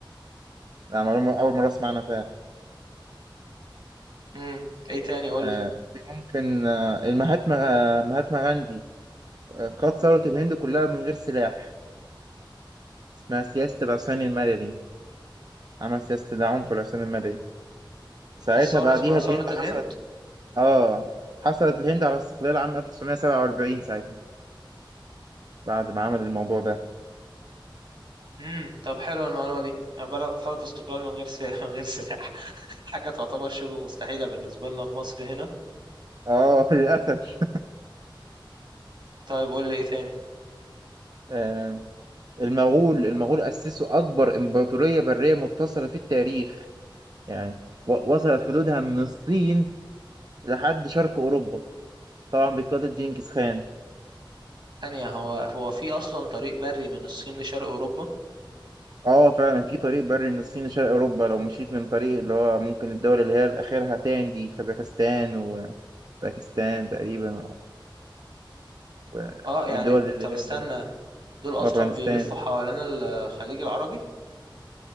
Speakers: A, on the right; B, on the right.
A: لا معلومة اول مرة اسمعنا
B: امم ايه تاني قول
A: آه،
B: لي
A: في ممكن آه، المهاتما آه، مهاتما غاندي آه، قاد ثورة الهند كلها من غير سلاح اسمها سياسة العصيان المدني عمل سياسة العنف والعصيان المدني ساعتها
B: الثوره
A: بعديها
B: اسمها
A: الهند
B: ثوره
A: حصلت
B: الهند
A: اه حصلت الهند على استقلال عام 1947 ساعتها بعد ما عمل الموضوع ده
B: امم طب حلوه المعلومه دي يعني بلد خدت استقلال من غير س... <laughs> من غير سلاح حاجه تعتبر شبه مستحيله بالنسبه لنا في مصر هنا
A: اه <laughs> للأسف
B: طيب قول لي ايه تاني
A: آه، المغول المغول أسسوا أكبر إمبراطورية برية متصلة في التاريخ يعني و- وصلت حدودها من الصين لحد شرق أوروبا طبعا بقيادة جنكيز خان
B: ثانيه هو هو في اصلا طريق بري من الصين لشرق اوروبا
A: اه فعلا في طريق بري من الصين لشرق اوروبا لو مشيت من طريق اللي هو ممكن الدول اللي هي اخرها تاني دي كازاخستان وباكستان تقريبا و-
B: اه يعني
A: والدول اللي
B: طب استنى
A: هي ده-
B: دول اصلا
A: وافغانستان
B: بيلفوا حوالين الخليج العربي